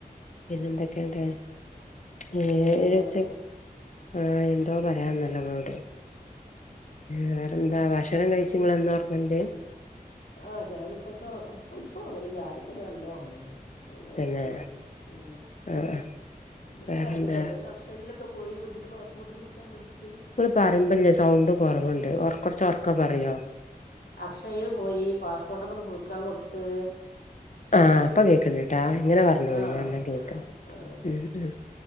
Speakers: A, on the left (about 50°); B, on the left (about 80°).
A: പിന്നെന്തൊക്കെണ്ട്
B: എന്താ
A: ഏ
B: അസുഖാണ്
A: ഏഴച്ച് ആ എന്തോ പറയാന്ന്ല്ലോങ്ങളോട് വേറെന്താ ഭക്ഷണം കഴിച്ചുങ്ങളെന്നും ഒർങ്ങ്ണ്ട്
B: ആ ചെല ദിവസൊക്കെറ ഇ ഇപ്പൊ ഉറങ്ങലില്ല ആദ്യക്ക ഞാ നല്ല ഉറങ്ങു ഇപ്പ പിന്നെ ഒറക്കൊന്നും
A: തന്നെ
B: വരുന്നില്ല ഉം
A: ആഹ് ആഹ്
B: ഇന്നിപ്പോ
A: വേറെന്താ
B: കടന്നിട്ട് <unintelligible> ക്ക പോയി വെണ്ണിന്റെ പാസ്പോർട്ട് പുതുക്കാൻ <unintelligible>
A: ഇള് പറയുമ്പല്ലേ സൗണ്ട് കൊറവുണ്ട് ഒർകൊറച്ച് ഒർക്ക പറയോ
B: അക്ഷയെ പോയി പാസ്പോർട്ടൊക്കൊന്ന് പുതുക്കാൻ കൊടുത്ത്
A: ആഹ പ്പൊ കേക്കണ്ട് ട്ടാ ഇങ്ങനെ പറഞ്ഞോളി
B: ആഹ്
A: നല്ലാം കേൾക്കണ്ട്
B: ആഹ്
A: ഉം ഉം